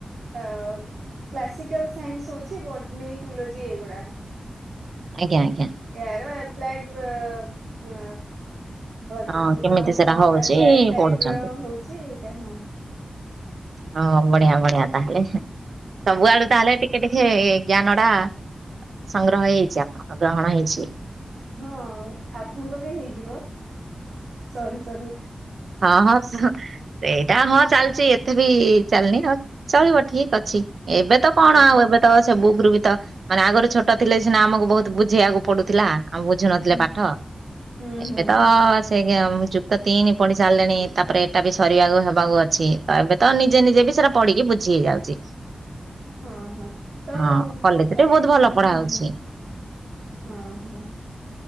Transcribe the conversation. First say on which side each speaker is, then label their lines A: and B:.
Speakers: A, on the right (about 85°); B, on the right (about 70°).
A: ଅ କ୍ଲାସିକାଲ ସାଇନ୍ସ ହଉଛି ବଟନୀ ଜୁଲୋଜି ଏଗୁଡ଼ା।
B: ଆଜ୍ଞା ଆଜ୍ଞା।
A: ୟାର ଏପ୍ଲାଇଡ ଅ ଭର୍ସନ
B: ହଁ କେମିତି
A: ଅ
B: ସେଟା
A: ହ
B: ହଉଛି
A: ଆପ୍ଲାଏଡ ଟାଇପ
B: ପଢୁଛନ୍ତି।
A: ର ହଉଛି ଏଇଟା ହଁ।
B: ହଁ ବଢିଆ ବଢିଆ ତାହେଲେ ସବୁଆଡୁ
A: ହଁ।
B: ତାହେଲେ ଟି କେ ଟିକେ ଜ୍ଞାନ ଟା ସଂଗ୍ରହ ହେଇଛି ଆପଣଙ୍କ ଗ୍ରହଣ ହେଇଛି।
A: ହଁ ଆପଣଙ୍କ ବି ହେଇଯିବ। ସରୁ ସରୁ
B: ହଁ ହଁ ହଁ ହଁ ସେଇଟା ହଁ ଚାଲିଛି ଏତେ ବି ଚାଲିନି ଚଳିବ ଠିକ ଅଛି। ଏବେ ତ କଣ
A: ହୁଁ ହୁଁ
B: ଆଉ ଏବେ ତ ସେ ବୁକ ରୁ ବି ତ ମାନେ ଆଗରୁ ଛୋଟ ଥିଲେ ସିନା ଆମକୁ ବହୁତ ବୁଝେଇବାକୁ ପଡୁଥିଲା। ଆମେ ବୁଝୁ ନଥିଲେ
A: ହୁଁ
B: ପାଠ
A: ହୁଁ
B: ଏବେ
A: ହୁଁ
B: ତ ସେୟା ମୁଁ ଯୁକ୍ତ ତିନି ପଢି ସାରିଲେଣି ତାପରେ ଏଇଟା ବି ସରିବାକୁ ହେବାକୁ ଅଛି ତ ଏବେ ତ ନିଜେ ନିଜେ ବି ସେଇଟା ପଢିକି ବୁଝି ହେଇଯାଉଛି।
A: ହଁ ହଁ ତ
B: ହଁ କଲେଜରେ
A: ଏ
B: ବହୁତ ଭଲ ପଢା
A: ହଁ
B: ହଉଛି।
A: ହଁ। ହଁ ହଁ।